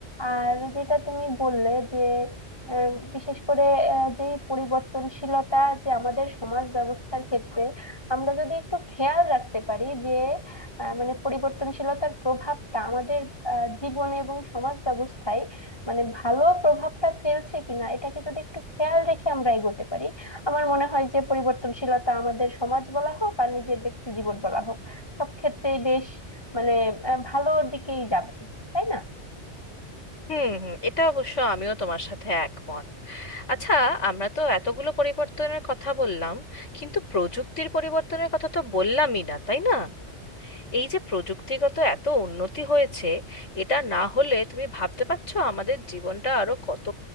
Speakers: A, on the left; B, on the left.
A: আর যেটা তুমি বললে যে আহ, বিশেষ করে আহ, যে পরিবর্তনশীলতা যে আমাদের সমাজ ব্যবস্থার ক্ষেত্রে আমরা যদি একটু খেয়াল রাখতে পারি যে আহ, মানে পরিবর্তনশীলতার প্রভাবটা আমাদের আহ, জীবনে এবং সমাজ ব্যবস্থায় মানে ভালো প্রভাবটা ফেলছে কিনা এটাকে যদি একটু খেয়াল রেখে আমরা এগোতে পারি আমার মনে হয় যে পরিবর্তনশীলতা আমাদের সমাজ বলা হোক আর নিজের ব্যক্তি জীবন বলা হোক সব ক্ষেত্রেই বেশ মানে আহ, ভালোর দিকেই যাবে তাই না
B: হুম হুম এটা অবশ্য আমিও তোমার সাথে একমত আচ্ছা আমরা তো এতগুলো পরিবর্তনের কথা বললাম কিন্তু প্রযুক্তির পরিবর্তনের কথা তো বললামই না তাই না এই যে প্রযুক্তিগত এত উন্নতি হয়েছে এটা না হলে তুমি ভাবতে পারছো আমাদের জীবনটা আরো কত